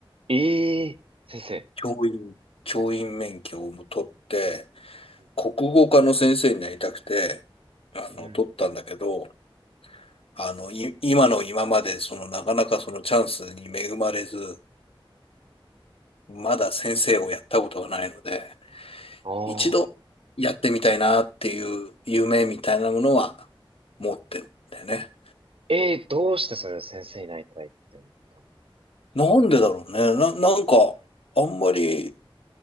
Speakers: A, on the right (about 75°); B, on the left (about 85°).
A: ええー先生。
B: 教員、教員免許をも取って、
A: うん。
B: 国語科の先生になりたくて、あの、
A: うん
B: 取ったんだけど、あの、い、今の今まで、その、なかなかそのチャンスに恵まれず、まだ先生をやったことがないので、
A: ああ。
B: 一度やってみたいなっていう夢みたいなものは持ってるんだよね。
A: ええーどうしてそれを先生になりたいって思ったの
B: なんでだろうね。な、なんか、あんまり、